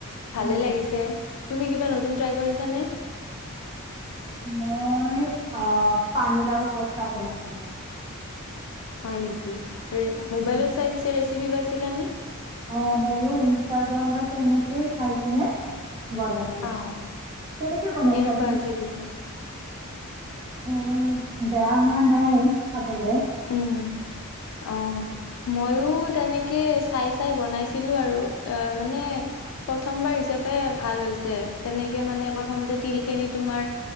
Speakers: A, on the left; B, on the right.
A: ভালে
B: উম,
A: লাগিছে তুমি কিবা নতুন ট্ৰাই কৰিছা নে?
B: মই অ' পানীলাওৰ কফটা বনাইছিলোঁ।
A: হয় নেকি? মানে মোবাইলত
B: উম,
A: চাই বিচাৰি টিপি পাইছিলা নে?
B: অ' মই এই ইনষ্টাগ্ৰাম বা তেনেকেই চাইকিনে বনাইছিলোঁ।
A: অ',
B: কেনেকে বনাইছা
A: কেনেকুৱা
B: তুমি
A: হৈছে
B: <inaudible>
A: পিছে?
B: উম। বেয়া হোৱা নাই খাবলে।
A: উম, অ'। ময়ো তেনেকে চাই - চাই বনাইছিলোঁ আৰু। অ' মানে প্ৰথমবাৰ হিচাপে ভাল হৈছে। তেনেকে মানে প্ৰথমতে তিলখিনি তোমাৰ